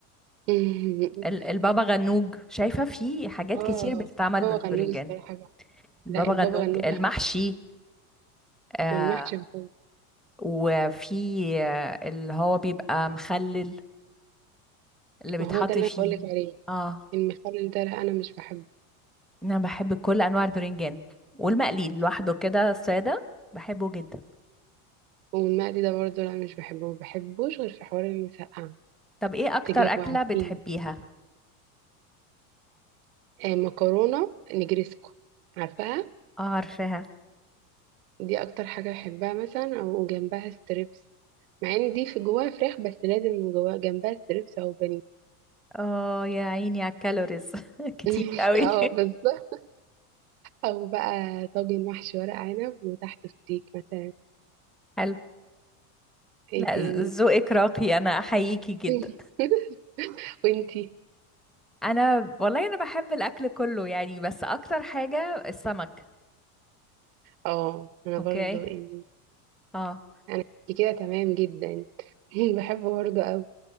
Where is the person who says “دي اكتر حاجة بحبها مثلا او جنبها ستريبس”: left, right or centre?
Right